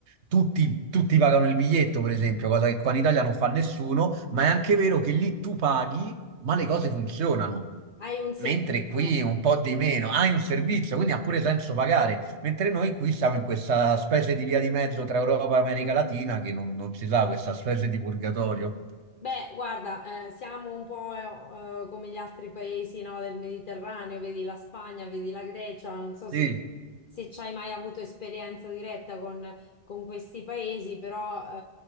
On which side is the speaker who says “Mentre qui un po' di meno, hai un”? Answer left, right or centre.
Right